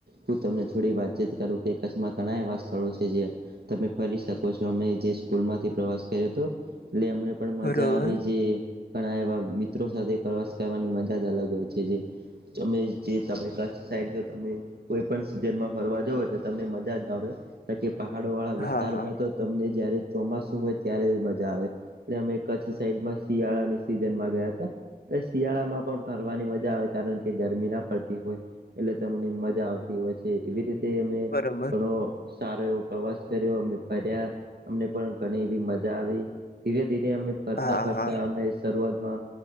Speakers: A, on the right; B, on the left.
A: હું તમને થોડી વાતચીત કરું કે કચ્છમાં ઘણા એવા સ્થળો છે જે તમે ફરી શકો છો અમે જે સ્કૂલ માંથી પ્રવાસ કર્યો હતો એટલે અમને પણ મજા
B: બરોબર
A: આવી જે ઘણા એવા મિત્રો સાથે પ્રવાસ કરવાની મજા જ અલગ હોય છે જે તમે જે તમે કચ્છ સાઇડ જો તમે કોઈ પણ સીઝનમાં ફરવા જવ એટલે તમને મજા જ આવે કે પહાડો વાળા વિસ્તારોમાં
B: હા હા
A: તો તમને જયારે ચોમાસું હોય ત્યારે મજા આવે. એટલે અમે કચ્છ સાઈડમાં શિયાળાની સિઝનમાં ગયા હતા. ને શિયાળામાં પણ ફરવાની મજા આવે કારણ કે ગરમી ના પડતી હોય. એટલે તમને મજા આવતી હોય છે, એવી રીતે અમે
B: બરોબર
A: ઘણો સારો એવો પ્રવાસ અમે ફર્યા અમને પણ ઘણી એવી મજા આવી. ધીરે ધીરે અમે ફરતા
B: હા
A: ફરતા
B: હા
A: અમે શરૂઆતમાં